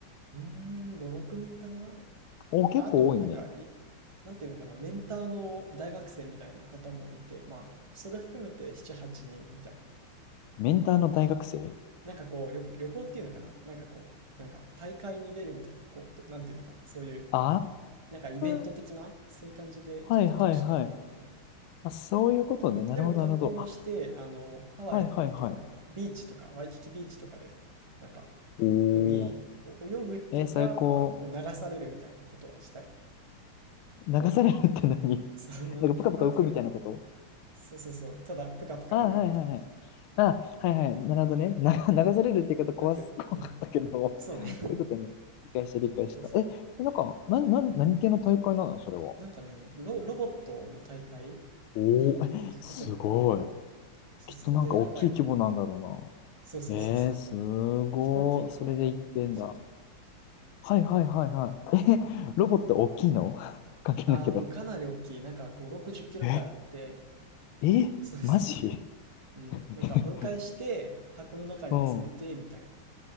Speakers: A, on the right; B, on the left.
A: うーん、5、6人かな。
B: お、結構多いね。
A: ああと、なんか、い、なんていうのかな、メンターの大学生みたいな方もいて、まあ、それ含めて7、8人みたいな。
B: メンターの大学生
A: なんかこう、旅、旅行っていうのかな、なんかこう、なんか大会に出るみたいな、こう、どなんていうのかな、そういう
B: あ
A: なんかイベント的な、
B: あー、
A: そういう感じで、
B: はいはいはい。
A: ちょっと特殊だったんだけど。
B: あ、そういうことね。なるほど、
A: でも観光もして、
B: なるほど。あ、
A: あの、ハワイの、
B: はいはいはい。
A: なんていうのかな、ビーチとか、ワイキキビーチとかで、なんか、
B: おお。
A: 海を泳ぐっていうか、
B: えー最高。
A: まあ、こう流されるみたいなことはしたり、
B: 流されるって何
A: その、
B: <laughs> なんかプカプカ浮くみたいなこと
A: なんていうのかな、そうそうそう、ただ、ぷかぷか浮くみたいな。
B: あ、はいはいはい。あ、はいはい。なるほどね。な、<laughs> 流されるって言い方怖す、
A: なんていうの、
B: <laughs> 怖かったけど、そ
A: そうね、<laughs>
B: ういうことね。理解した、理解した。
A: そうそう。
B: え、それなんか、なん、なん、何系の大会なのそれは。
A: なんかね、ロ、ロボットの大会
B: おお、
A: に行くことになって、
B: え、すごい。
A: そ、
B: きっとなんか大きい規模なんだろ
A: それでハワイに行って、そうそうそうそうそう。
B: うな。えー、すごい。
A: 飛行機にね、
B: それで行ってんだ。
A: ロボット乗せて、
B: はいはいはいはい。え、ロボット大きいの <laughs> 関係ないけど。
A: ああ、うん、かなり大きい。なんか5、60キロぐらいあって、
B: え、え、
A: そうそうそ
B: マジ
A: う。うん、
B: <laughs>
A: なんか分解して、箱の中に詰めて、
B: うん。
A: みたいな